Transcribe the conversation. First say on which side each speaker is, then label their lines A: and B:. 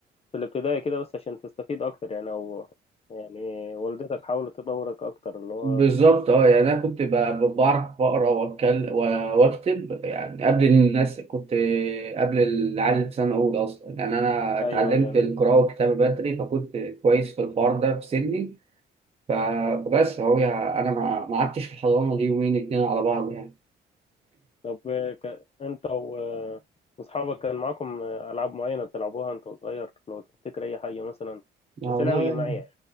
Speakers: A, on the left; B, on the right.
A: في الابتدائي كده بس عشان تستفيد اكتر يعني او يعني والدتك حاولت تدورك اكتر اللي هو
B: بالظبط اه يعني انا كنت ب- ب- بعرف اقرا واتكلم واكتب يعني قبل الناس كنت قبل العيال اللي في سنه اولى اصلا يعني انا اتعلمت
A: ايوه ايوه
B: القراءه والكتابه بدري فكنت كويس في الحوار ده في سني ف- فبس هو يعني انا ما ما قعدتش في الحضانه دي يومين اتنين على بعض يعني
A: طب آه، ك... انت و آه، واصحابك كان معاكم آه، العاب معينه بتلعبوها انت صغير لو تفتكر اي حاجه مثلا
B: والله
A: بس لعبه جماعيه